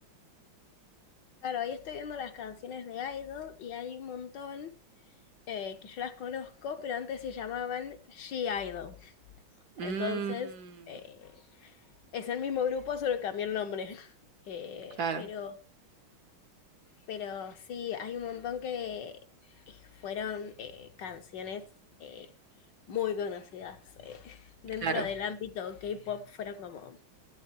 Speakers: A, on the left (about 65°); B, on the right (about 60°).
A: Claro, ahí estoy viendo las canciones de Idol y hay un montón eh, que yo las conozco, pero antes se llamaban She-Idol. Entonces,
B: Mm,
A: eh, es el mismo grupo, solo cambió el nombre. <laughs> Eh,
B: claro,
A: pero Pero sí, hay un montón que fueron eh, canciones eh, muy conocidas eh, <laughs> dentro
B: claro.
A: del ámbito K-pop, fueron como